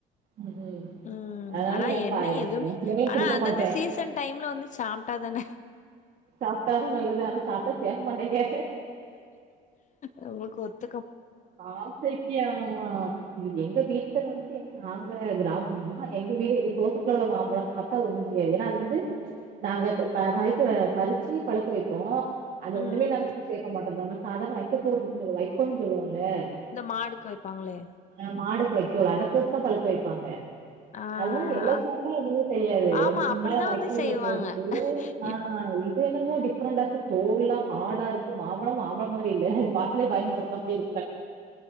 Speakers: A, on the right (about 50°); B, on the left (about 45°).
A: ம் ம்
B: உம்
A: அதனால
B: ஆனா
A: ஏ
B: என்ன
A: பா எ
B: எதுவுமே
A: பிள்ளைங்களுக்கு
B: ஆனா
A: குடுக்க
B: அந்தந்த
A: மாட்டே
B: சீசன் டைம்ல வந்து சாப்டாதான
A: சாப்டா தா நல்லது ஆனா சாப்டா சேரமடேங்கே ஏ
B: நம்மளுக்கு ஒத்து
A: ஆசைக்கு ஆஅஅ இது எங்க வீட்ல வந்து நாங்க கிராமம்தான் எங்க வீடு எங்க தோட்டத்துல உள்ள மாம்பழம் சாப்டா ஒண்ணுச் செய்யாது ஏன்னா அது வந்து நாங்க பறிக்க பறிச்சு பழுக்க வைப்போம் அதுல
B: ம்
A: ஒண்ணுமே நாங்க சேக்க மாட்டோ தானா சாதாரண வைக்க போர் இருந்துல வைக்கோல்ணு சொல்லுவாங்க ஆஹ்
B: இந்த மாடுக்கு வைப்பாங்களே
A: நா மாடுக்கு வைக்கோல் அத கொத்தா பழுக்க வைப்பாங்க
B: ஆ
A: அதுலாம் எவ்லோ
B: அ
A: சாப்டாலும் எதுவுமே செய்யாது
B: ஆமா
A: ஒரு மூணுநாள்
B: அப்டிதா
A: வக்கோல்ல
B: வந்து செய்வாங்க
A: போட்டு ஆஹ்
B: இப்
A: என்னமோ டிப்ரெண்ட்டா இருக்கு தோல்லா ஹாடா இருக்கு மாம்பழம் மாம்பழ மாரி இல்ல பாத்தாலே பயமாருக்கு அப்டினு